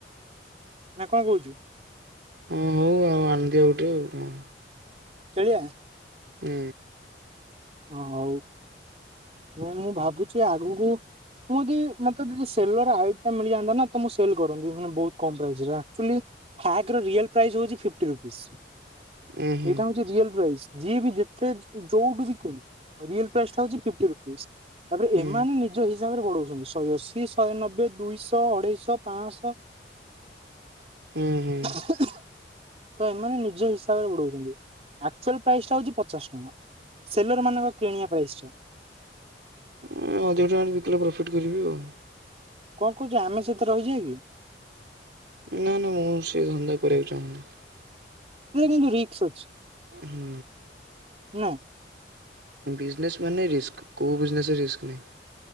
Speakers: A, on the right; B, on the right.
A: ନା କଣ କହୁଛୁ?
B: ହଁ, ହଉ ଆଉ ଆଣିଦେ। ଆଉ ଗୋଟେ ଆଉ କଣ?
A: କିଣିବା।
B: ହୁଁ।
A: ହଁ ହଉ ନାଇଁ ମୁଁ ଭାବୁଚୁ ଆଗକୁ ମୁଁ ଯଦି ମତେ ଯଦି ସେଲୱାର ଆଇଫୋ ମିଳିଯାନ୍ତା ନା ତ ମୁଁ ସେଲ କରନ୍ତି ଫୁଣି ବହୁତ କମ୍ ପ୍ରାଇସରେ ଆକଚୁଆଲି ହ୍ୟାଗର ରିଅଲ୍ ପ୍ରାଇସ୍ ହଉଛି ଫିଫ୍ଟି ରୁପିସ୍।
B: ଉଁ ହୁଁ
A: ଏଇଟା ହଉଛି ରିଅଲ ପ୍ରାଇସ୍ ଯିଏ ବି ଯେତେ ଯୋଉଠୁ ବି ରିଅଲ ପ୍ରାଇସଟା ହଉଚି ଫିପ୍ଟି ରୁପିଜ ତାପରେ
B: ହୁଁ
A: ଏମାନେ ନିଜ ହି ହିଶାବରେ ବଢଉଛନ୍ତି ଶହେଅଶୀ ଶହେ ନବେ ଦୁଇଶହ ଅଢେଇଶହ ପାଞ୍ଚଶହ।
B: ହୁଁ ହୁଁ।
A: ତ ଏମାନେ ନିଜ ହିସାବରେ ବଢଉଛନ୍ତି ଆକ୍ଚୁଆଲି ପ୍ରାଇସ୍ ଟା ହଉଛି ପଚାଶ ଟଙ୍କା। ସେଲର ମାନଙ୍କ କିଣିବା ପ୍ରାଇସ୍ ଟା।
B: ଏ ଅଧିକ ଟଙ୍କାରେ ବିକିଲେ ପ୍ରଫିଟ୍ କରିବି ଆଉ।
A: କଣ କହୁଚୁ ଆମେ ସେଥିରେ ରହିଯିବା କି?
B: ନାଇଁ ନାଇଁ ମୁଁ ସେ ଧନ୍ଦା କରିବାକୁ ଚାହୁଁନି।
A: ସେ କିନ୍ତୁ ରିକ୍ସ ଅଛି।
B: ହୁଁ।
A: ହୁଁ।
B: ବିଜନେସ୍ ମାନ ରିସ୍କ କୋଉ ବିଜନେସ ରିସ୍କ ନାଇଁ।